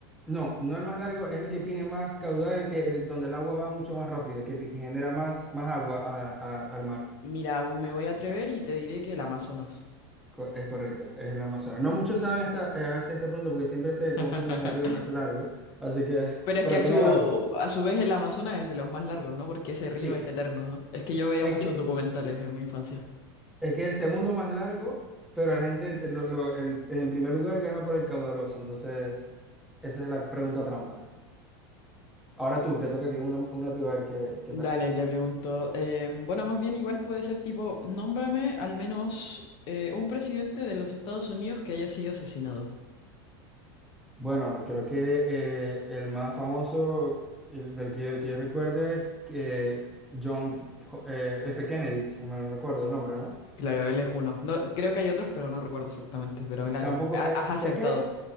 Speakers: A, in the centre; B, on the left (about 35°).
A: No, no el más largo, es el que tiene más caudal, el que, el- donde el agua va mucho más rápido, que, te- que genera más, más agua a- a- al mar.
B: Mira, me voy a atrever y te diré que el Amazonas.
A: Co- es correcto, es el Amazonas. No muchos saben esta, eh, a veces esta pregunta porque siempre se
B: <laughs>
A: confunde con el río más largo, así que, <laughs>
B: Pero es
A: pero
B: que a
A: tiene
B: su,
A: la razón.
B: a su vez el Amazonas es de los más largos, ¿no? Porque ese río
A: Sí,
B: es eterno, ¿no? Es que yo veía
A: es
B: muchos
A: que
B: documentales en mi infancia.
A: Es que es el segundo más largo, pero la gente eh, lo- lo- el- en primer lugar gana por el caudaloso. Entonces, esa es la pregunta trampa. Ahora tú, te toca a ti una, una tú, a ver qué, qué
B: Dale,
A: tal.
B: te pregunto. em, bueno, más bien igual puede ser tipo, nómbrame al menos eh, un presidente de los Estados Unidos que haya sido asesinado.
A: Bueno, creo que eh, el más famoso el del que yo, que yo recuerde es que John eh, F. Kennedy, si mal no recuerdo el nombre, ¿no?
B: Claro, él es uno. No, creo que hay otros, pero no recuerdo exactamente. Pero claro,
A: Tampoco,
B: ha- has
A: eh,
B: acertado.
A: sé que,